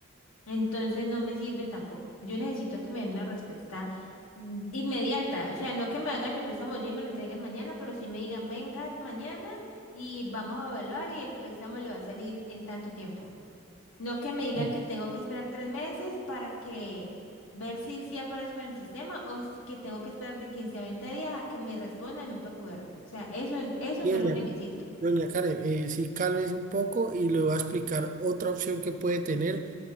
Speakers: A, on the left; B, on the right.
A: Entonces no me sirve tampoco. Yo necesito que me den una respuesta mm, inmediata. O sea, no que me hagan el préstamo ya y me lo entreguen mañana, pero sí me digan, venga mañana y vamos a evaluar y el préstamo le va a salir en tanto tiempo. No que me digan
B: Y
A: que tengo que esperar tres meses para que ver si sí aparezco en el sistema o si- que tengo que esperar de 15 a 20 días a que me respondan un PQR. O sea, eso, eso
B: Doña,
A: no lo necesito.
B: doña Karen, eh, sí, cálmese un poco y le voy a explicar otra opción que puede tener,